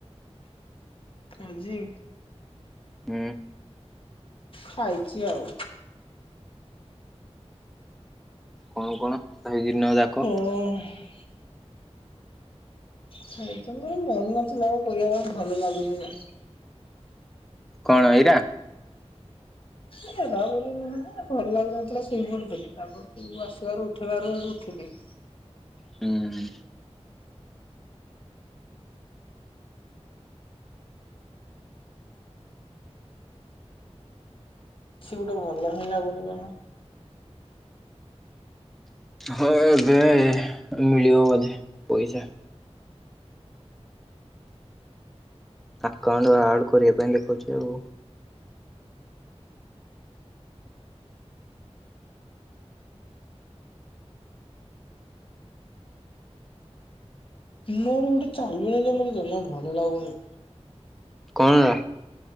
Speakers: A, on the left; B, in the centre.
A: ଆଜି।
B: ହୁଁ।
A: ଖାଇଚି ଆଉ।
B: କଣ କଣ ଆଜି ଦିନ ଯାକ।
A: ଓଁ। ଖାଇ ତ ନାଇଁ ମନ ନଥିଲା ପିଇବା ପାଇଁ ଭଲ ଲାଗୁନି ନା।
B: କ ଣ ଏଇଟା?
A: ଏ ତା ବୋଲି ନୁହେଁ ଭଲ ଲାଗୁନଥିଲା ସୁବୁଡୁ ଦବା ତାକୁ। ତୁ ଆସିବାରୁ ଉଠେଇବାରୁ ଏଠି ଉଠିଲି।
B: ହୁଁ।
A: ସିଏ ଗୋଟେ ଭଲ ହେଲା ବୋଲି ନୁହଁ।
B: ହଁ ବେ ମିଳିବ ବଧେ ପଇସା। ଆକାଉଣ୍ଡୁ ଆଡ କରିବା ପାଇଁ ଲେଖାଉଛି ଆଉ।
A: ମୋର ଗୋଟେ ଚାଲୁନି ଯେ ମୋର ଜମା ଭଲ ଲାଗୁନି।
B: କଣ ରା?